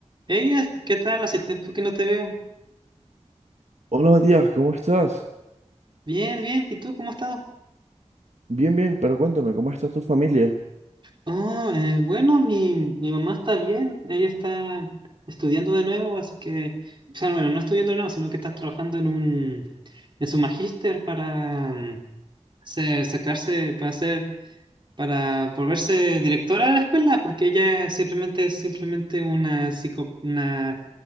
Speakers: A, on the right; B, on the right.
A: Ella, ¿qué tal? Hace tiempo que no te veo.
B: Hola Matías, ¿cómo estás?
A: Bien, bien. ¿Y tú cómo has estado?
B: Bien, bien, pero cuéntame, ¿cómo está tu familia?
A: Oh, eh, bueno, mi, mi mamá está bien. Ella está estudiando de nuevo, así que, o sea, bueno, no estudiando de nuevo, sino que está trabajando en un, en su magíster para mm, ser- sacarse, para hacer, para volverse directora de la escuela, porque ella simplemente es simplemente una psico, una